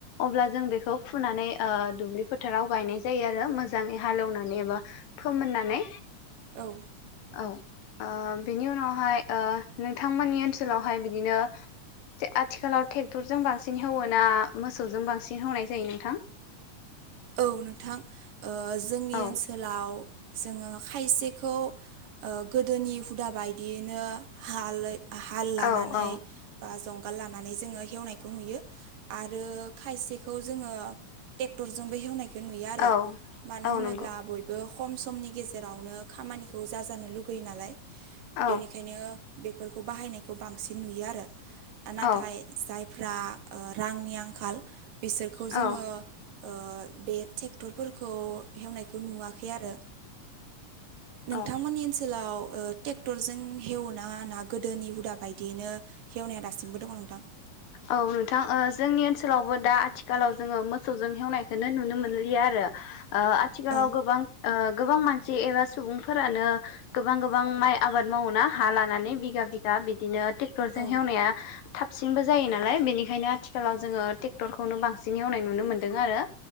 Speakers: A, on the left (about 85°); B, on the right (about 80°).
A: अब्ला जों बेखौ फुनानै ओ दुब्लि फोथाराव गायनाय जायो आरो मोजाङै हालेवनानै एबा फोमोननानै
B: औ
A: औ ओ बिनि उनावहाय ओ नोंथांमोननि ओनसोलावहाय बिदिनो आथिखालाव टेक्टरजों बांसिन हेवो ना मोसौजों बांसिन हेवनाय जायो नोंथां?
B: औ नोंथां ओ जोंनि
A: औ
B: ओनसोलाव जोङो खायसेखौ ओ गोदोनि हुदा बायदियैनो हालयै हाल लानानै
A: औ औ
B: बा जों हाल लानानै जोङो एवनायखौ‌ नुयो आरो खायसेखौ जोङो टेक्टर जोंबो एवनायखौ नुयो आरो
A: औ
B: मानो
A: औ
B: होनोब्ला
A: नंगौ
B: बयबो खम समनि गेजेरावनो खामानिखौ जाजानो लुगैयो नालाय
A: औ
B: बेनिखायनो बेफोरखौ बाहायनायखौ बांसिन नुयो आरो। नाथाय
A: औ
B: जाय फ्रा ओ रांनि आंखाल बिसोरखौ
A: औ
B: जोङो ओ‌ बे टेक्टरफोरखौ हेवनायखौ नुवाखै आरो नोंथांमोननि
A: औ
B: ओनसोलाव ओ टेक्टरजों हेवना गोदोनि हुदा बायदियैनो हेवनाया दासिमबो दङ नोंथां?
A: औ नोंथां ओ जोंनि ओनसोलावबो दा आथिखालाव जोङो मोसौजों हेवनायखौ नुनो मोनलिया आरो। ओ आथिखालाव
B: औ
A: गोबां ओ गोबां मानसि एबा सुबुंफोरानो गोबां गोबां माइ आबाद मावो ना हा लानानै बिगा बिगा बिदिनो टेक्टरजों
B: औ
A: हेवनाया थाबसिनबो जायो नालाय बेनिखायनो आथिखालाव जोङो टेक्टरखौनो बांसिन एवनाय नुनो मोनदों आरो।